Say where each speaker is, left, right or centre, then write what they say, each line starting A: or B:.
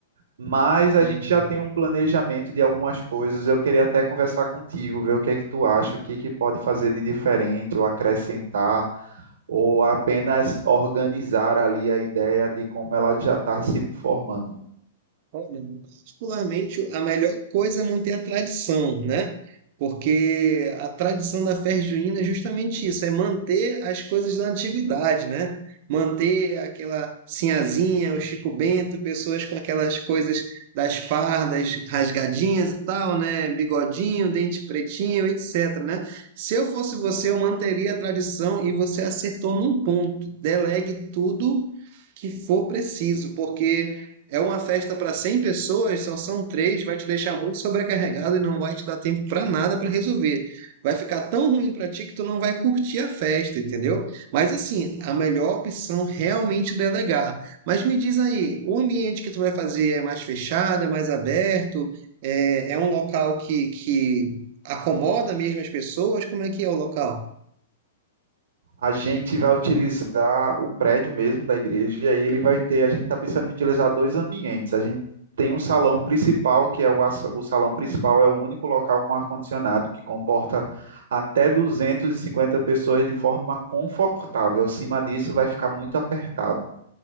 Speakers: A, on the right; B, on the right.
A: mas a
B: Certo.
A: gente já tem um planejamento de algumas coisas. Eu queria até conversar contigo, ver o que é que tu acha, o que é que pode fazer de diferente ou acrescentar, ou apenas organizar ali a ideia de como ela já está se formando.
B: Olha, particularmente, a melhor coisa é manter a tradição, né? Porque a tradição da festa junina é justamente isso, é manter as coisas da antiguidade, né? Manter aquela sinhazinha, o Chico Bento, pessoas com aquelas coisas das fardas rasgadinhas e tal, né? Bigodinho, dente pretinho, etc, né? Se eu fosse você, eu manteria a tradição e você acertou num ponto. Delegue tudo que for preciso, porque é uma festa para 100 pessoas, só são três, vai te deixar muito sobrecarregado e não vai te dar tempo para nada para resolver. Vai ficar tão ruim para ti que tu não vai curtir a festa, entendeu? Mas assim, a melhor opção realmente é delegar. Mas me diz aí, o ambiente que tu vai fazer é mais fechado, é mais aberto? É, é um local que, que acomoda mesmo as pessoas? Como é que é o local?
A: A gente vai utilizar o prédio mesmo da igreja, e aí ele vai ter, a gente está pensando em utilizar dois ambientes. A gente tem um salão principal, que é o, o salão principal é o único local com ar-condicionado, que comporta até 250 pessoas de forma confortável. Acima disso, vai ficar muito apertado.